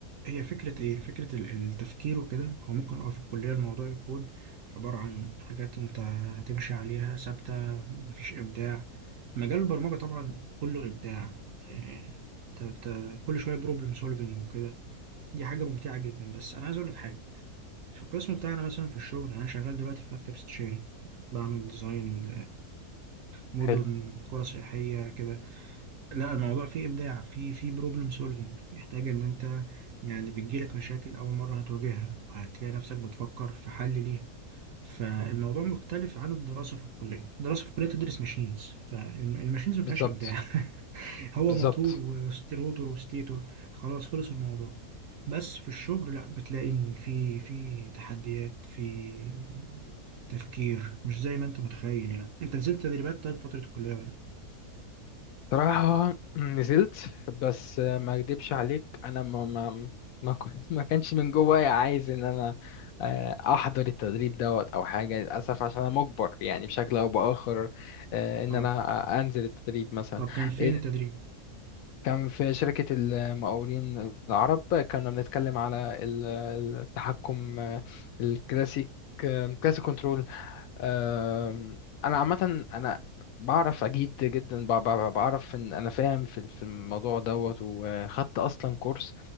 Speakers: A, on the right (about 65°); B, on the left (about 70°).
A: هي فكره ايه فكره ال- التفكير وكده هو ممكن اه في الكليه الموضوع يكون عباره عن حاجات انت هتمشي عليها ثابته مفيش ابداع مجال البرمجه طبعا كله ابداع آه ت- ت- كل شويه بروبلم سولفنج وكده دي حاجه ممتعه جدا بس انا عايز اقول لك حاجه في القسم بتاعنا مثلا في الشغل يعني أنا شغال دلوقتي في مكتب استشاري بعمل ديزاين مدن
B: حلو
A: قرى سياحية كده لا الموضوع
B: مم.
A: فيه إبداع فيه فيه بروبلم سولفينج بيحتاج إن أنت يعني بتجيلك مشاكل أول مرة هتواجهها وهتلاقي نفسك بتفكر في حل ليها فالموضوع مختلف عن الدراسة في الكلية الدراسة في الكلية تدرس ماشينز فالماشينز ما
B: بالظبط
A: فيهاش إبداع <laughs> هو
B: بالظبط
A: موتور وستيروتور وستيتور خلاص خلص الموضوع بس في الشغل لا بتلاقي إن في في تحديات في تفكير مش زي ما أنت متخيل يعني أنت نزلت تدريبات طيب فترة الكلية ولا لأ؟
B: صراحة نزلت بس ما اكدبش عليك انا ما ما ما, كنت ما كانش من جوايا عايز ان انا آه، احضر التدريب دوت او حاجة للاسف عشان انا مجبر يعني بشكل او باخر آه، ان
A: آه.
B: انا انزل التدريب مثلا
A: طب كان فين
B: إيه،
A: التدريب؟
B: كان في شركة المقاولين العرب كنا بنتكلم على ال- التحكم آه، الكلاسيك آه، كلاسيك كنترول أم، انا عامه انا بعرف اجيد جدا بع- بع- بعرف ان انا فاهم في في الموضوع دوت وخدت اصلا كورس